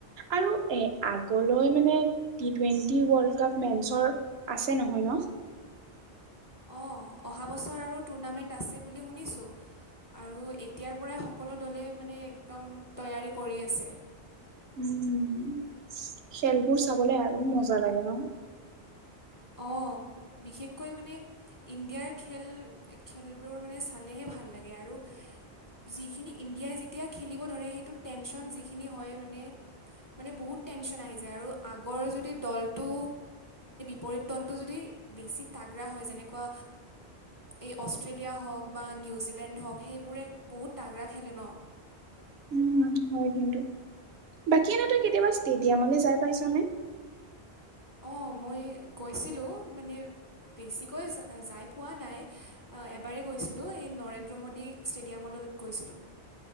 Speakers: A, on the right (about 70°); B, on the left (about 25°).
A: আৰু এ, আগলৈ মানে টি টুৱেন্টি ৱৰ্লড কাপ মেন্চৰ আছে নহয় ন।
B: <inaudible> অ, অহা, বছৰ আৰু টুৰ্ণামেণ্ট আছে, বুলি শুনিছো আৰু এতিয়াৰ পৰাই সকলো দলে মানে একদম তৈয়াৰী কৰি আছে।
A: উম। খেলবোৰ চাবলে আৰু মজা লাগে ন।
B: অ, বিশেষকৈ মানে ইণ্ডিয়াৰ খেল, খেলবোৰ মানে চালেহে ভাল লাগে আৰু। যিখিনি ইণ্ডিয়াই যেতিয়া খেলিব ধৰে সেইটো টেনচন যিখিনি হয় মানে মানে বহুত টেনচন আহি যায়, আৰু আগৰ যদি দলটো পৰিপৰত দলটো যদি বেছি তাগৰা হয়। যেনেকুৱা এই অষ্ট্ৰেলিয়া হওক বা নিউজিলেণ্ড হওক সেইবোৰে বহুত তাগৰা খেলে ন।
A: উম হয়, কিন্তু বাকী এনে তো, কেতিয়াবা ষ্টেডিয়ামলৈ যাই পাইছ নে।
B: অ, মই গৈছিলো মানে। বেছিকৈ যাই পোৱা নাই। এবাৰ গৈছিলোঁ এই নৰেন্দ্ৰ মোডী ষ্টেডিয়ামলৈ। লোগ কৈছিলোঁ।